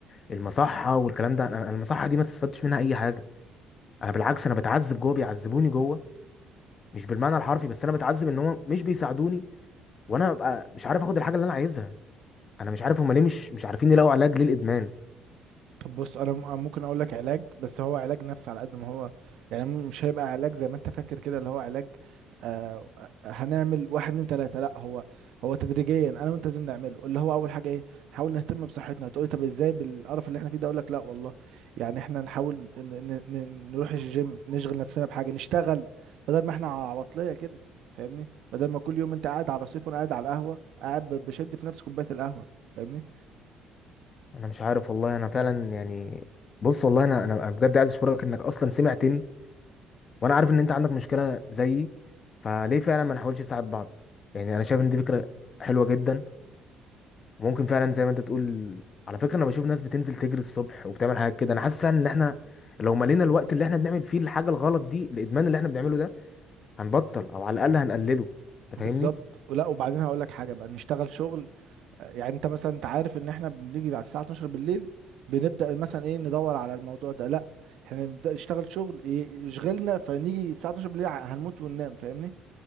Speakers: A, on the left; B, on the right.
A: المصحه والكلام ده انا أنا المصحه دي ما تستفادش منها اي حاجه انا بالعكس انا بتعذب جوه بيعذبوني جوه مش بالمعنى الحرفي بس انا بتعذب ان هم مش بيساعدوني وانا ببقى مش عارف اخد الحاجه اللي انا عايزها انا مش عارف هم ليه مش مش عارفين يلاقوا علاج للادمان
B: طب بص انا م- ممكن اقول لك علاج بس هو علاج نفسي على قد ما هو يعني مش هيبقى علاج زي ما انت فاكر كده اللي هو علاج آه هنعمل واحد اتنين تلاته لا هو هو تدريجيا انا وانت لازم نعمله اللي هو اول حاجه ايه نحاول نهتم بصحتنا هتقولي طب ازاي بالقرف اللي احنا فيه ده اقول لك لا والله يعني احنا نحاول ن- ن- ن- نروح الجيم نشغل نفسنا بحاجه نشتغل بدل ما احنا عواطليه كده فاهمني بدل ما كل يوم انت قاعد على الرصيف وانا قاعد على القهوه قاعد ب- بشد في نفس كوبايه القهوه فاهمني
A: انا مش عارف والله انا فعلا يعني بص والله انا انا أنا بجد عايز اشكرك انك اصلا سمعتني وانا عارف ان انت عندك مشكله زيي فليه فعلا ما نحاولش نساعد بعض يعني انا شايف ان دي فكره حلوه جدا ممكن فعلا زي ما انت تقول على فكره انا بشوف ناس بتنزل تجري الصبح وبتعمل حاجات كده انا حاسس فعلا ان احنا لو ملينا الوقت اللي احنا بنعمل فيه الحاجه الغلط دي الادمان اللي احنا بنعمله ده هنبطل او على الاقل هنقلله انت
B: بالظبط
A: فاهمني
B: ولا وبعدين هقول لك حاجه بقى نشتغل شغل آه، يعني انت مثلا انت عارف ان احنا بنيجي على الساعه 12 بالليل بنبدا مثلا ايه ندور على الموضوع ده لا احنا نبدا نشتغل شغل ي- يشغلنا فنيجي الساعه 12 بالليل ع- هنموت وننام فاهمني